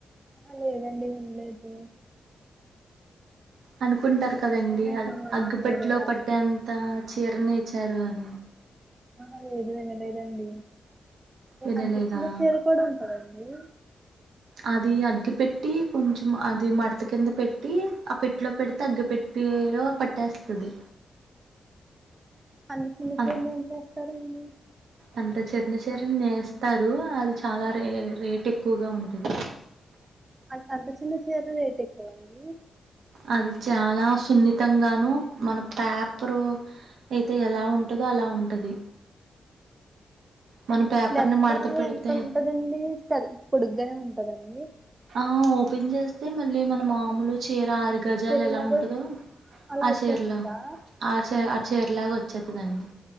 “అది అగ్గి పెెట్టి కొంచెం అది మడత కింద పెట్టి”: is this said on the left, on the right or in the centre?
Right